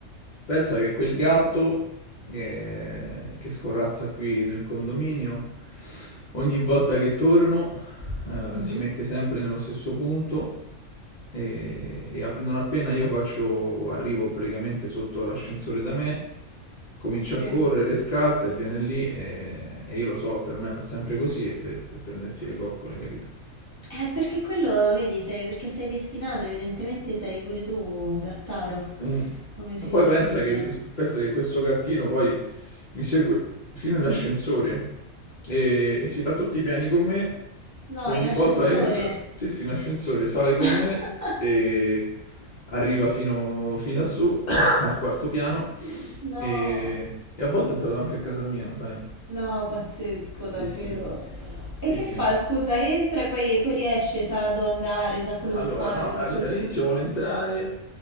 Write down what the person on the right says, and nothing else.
Mhm,
Sì.
Eh, perché quello, vedi, sei, perché sei destinato, evidentemente sei pure tu un gattaro,
come si
suol
dire.
No,
in ascensore.
<laughs>
No,
no, pazzesco, davvero.
E che
fa? Scusa, entra e poi, poi riesce, sa dove andare, sa quello
che fare,
sa
tutto.